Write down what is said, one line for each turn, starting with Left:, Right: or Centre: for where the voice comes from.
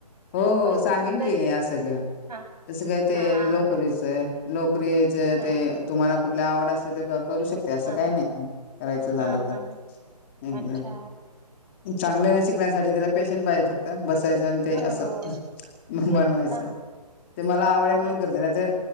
Left: हो
Right: वस्तूंच
Left: हो सांगेन
Right: तस
Left: की असगळं
Right: हा
Left: तसं काय ते
Right: हा
Left: लोकरीच
Right: न
Left: लोक प्रक्रियेचे
Right: हा
Left: ते तुम्हाला कुठल्या आवड असते ते करू शकते असं
Right: हा
Left: काही
Right: हा
Left: नाही करायचं झालं
Right: हा
Left: तर
Right: हा हा
Left: एकदम
Right: अच्छा
Left: चांगले नाही शिकण्यासाठी त्याला पेशन्स पाहिल फक्त बसायच. ते
Right: हो
Left: असं
Right: तेच
Left: बनवायचं
Right: ना
Left: ते मला आवड
Right: मा
Left: म्हणून करते नाय तर